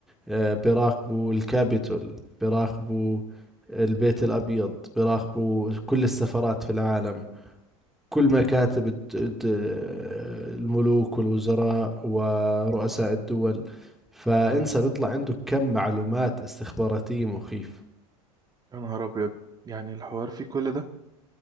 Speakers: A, in the centre; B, on the right.
A: آه، بيراقبوا الكابيتول بيراقبوا البيت الأبيض بيراقبوا كل السفارات في العالم كل مكاتب الد- الد- الملوك والوزراء ورؤساء الدول فانسى بيطلع عنده كم معلومات استخباراتية مخيف
B: يا نهار أبيض يعني الحوار فيه كل ده